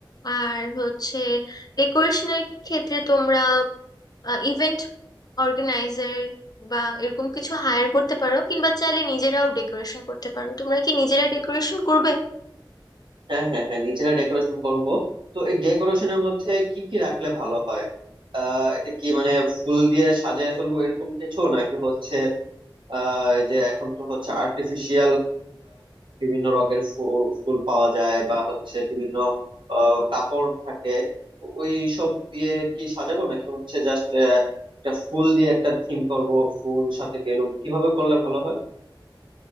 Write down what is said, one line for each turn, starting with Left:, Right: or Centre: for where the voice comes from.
Left: আর হচ্ছে ডেকোরেশনের ক্ষেত্রে তোমরা ইভেন্ট অর্গানাইজার বা এরকম কিছু হায়ার করতে পারো কিংবা চাইলে নিজেরাও ডেকোরেশন করতে পারো তোমরা কি নিজেরা ডেকোরেশন করবে
Right: হ্যাঁ হ্যাঁ হ্যাঁ নিজেরা ডেকোরেশন করব তো এই ডেকোরেশনের মধ্যে কি কি রাখলে ভালো হয় আহ এটা কি মানে ফুল দিয়ে সাজায় ফেলবো এরকম কিছু নাকি হচ্ছে আহ, এই যে এখন তো হচ্ছে আর্টিফিশিয়াল বিভিন্ন রঙের ফু- ফুল পাওয়া যায় বা হচ্ছে বিভিন্ন আহ, কাপড় থাকে তো ওই সব দিয়ে কি সাজাবো নাকি হচ্ছে জাস্ট একটা ফুল দিয়ে একটা থিম করব ফুল সাথে বেলুন কিভাবে করলে ভালো হয়